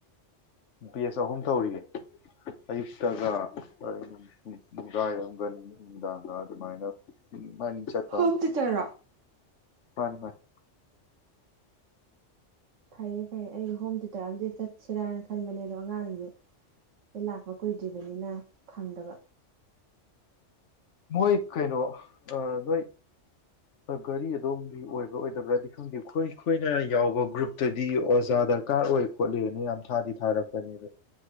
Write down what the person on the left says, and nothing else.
ꯕꯦꯁ ꯑꯍꯨꯝ ꯇꯧꯔꯤꯌꯦ ꯑꯌꯨꯛꯇꯒ ꯑꯗꯩ ꯅꯨꯡꯗꯥꯏꯋꯥꯢꯔꯝꯒ ꯅꯨꯃꯤꯠ ꯅꯨꯡꯗꯥꯡꯒ ꯑꯗꯨꯃꯥꯏꯅ ꯎꯝ ꯃꯥꯅꯤ ꯆꯠꯄ
ꯑꯒ
ꯃꯥꯅꯤ ꯃꯥꯅꯤ
ꯃꯣꯏ ꯀꯩꯅꯣ ꯑꯥ ꯅꯣꯢ ꯒꯥꯔꯤ ꯑꯗꯣꯝꯒꯤ ꯑꯣꯏꯕ꯭ꯔꯥ ꯑꯣꯏꯗꯕ꯭ꯔꯗꯤ ꯈꯪꯗꯦ ꯑꯩꯈꯣꯏ ꯑꯩꯈꯣꯏꯅ ꯌꯥꯎꯕ ꯒ꯭ꯔꯨꯞꯇꯗꯤ ꯑꯣꯖꯥ ꯗꯔꯀꯥꯔ ꯑꯣꯏ ꯈꯣꯠꯂꯦꯅ ꯌꯥꯝ ꯊꯥꯗꯤ ꯊꯥꯔꯛꯄꯅꯦ ꯑꯗꯣ